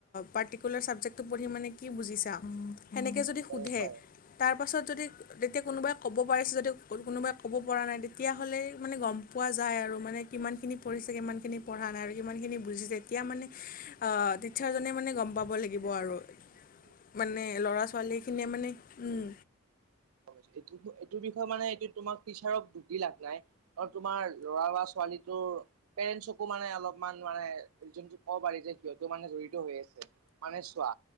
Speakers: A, on the left; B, on the right.
A: পাৰ্টিকুলাৰ ছাবজেক্টটো পঢ়ি মানে কি বুজিছা। সেনেকৈ যদি
B: তেনেকুৱাই
A: সোধে তাৰ পাছত যদি তেতিয়া কোনোবাই ক'ব পাৰিছে যদি কোনোবাই ক'ব পৰা নাই তেতিয়াহ'লে মানে গম পোৱা যায় আৰু মানে কিমানখিনি পঢ়িছে কিমানখিনি পঢ়া নাই আৰু কিমানখিনি বুজিছে তেতিয়া মানে অ' চাৰ জনেমানে গম পাব লাগিব আৰু।
B: হয় <inaudible>
A: মানে ল'ৰা ছোৱালীখিনিয়ে মানে উম।
B: অ' এইটো এইটো বিষয়ে মানে এইটো তোমাক টিচাৰক খুধি লাভ নাই। আৰু তোমাৰ ল'ৰা বা ছোৱালীটোৰ পেৰেন্টচকো মানে অলপ। ইমান মানে যোনটো ক'ব পাৰি যে সিহঁতো মানে জড়িত হৈ আছে মানে চোৱা।